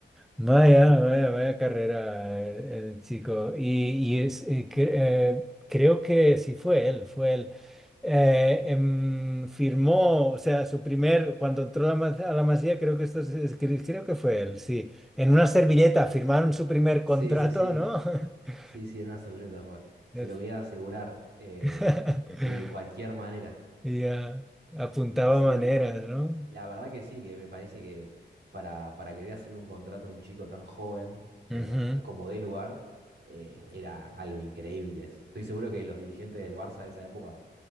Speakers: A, in the centre; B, on the right.
A: Vaya, vaya, vaya carrera el, el chico. Y, y es, eh, cre- eh, creo que sí fue él, fue él. Eh, em, firmó, o sea, su primer, cuando entró a la, Ma- a la Masía, creo que esto es- es- cre- creo que fue él, sí. En una servilleta
B: sí.
A: firmaron su primer contrato,
B: Sí, sí, sí,
A: ¿no? <laughs>
B: sí, sí, en una servilleta fue. Se
A: Es-
B: lo querían asegurar eh,
A: <laughs>
B: de cualquier manera.
A: Y ya apuntaba
B: Y sí,
A: maneras, ¿no?
B: la verdad que sí, que me parece que para, para querer hacerle un contrato a un chico tan joven,
A: Ujú.
B: eh, a como dé lugar, eh, era algo increíble. Estoy seguro que los dirigentes del Barça de esa época